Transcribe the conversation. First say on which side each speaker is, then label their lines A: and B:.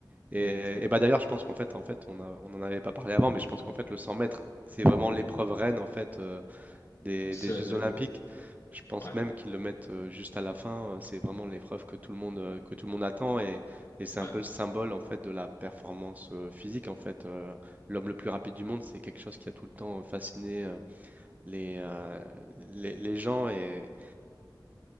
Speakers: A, on the right; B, on the left.
A: Et,
B: exactement,
A: et bah d'ailleurs, je pense qu'en fait, en fait, on a, on en avait pas parlé avant, mais je pense qu'en fait, le 100 mètres, c'est vraiment l'épreuve reine en fait euh, des,
B: tout
A: des
B: à
A: Jeux
B: fait,
A: Olympiques. Je pense
B: ouais,
A: même qu'ils le mettent euh, juste à la fin. euh, C'est vraiment l'épreuve que tout le monde euh, que tout le monde attend et, et c'est un
B: ouais.
A: peu le symbole en fait de la performance euh, physique. En fait, Euh, l'homme le plus rapide du monde, c'est quelque chose qui a tout le temps euh, fasciné euh, les, euh, les les gens et,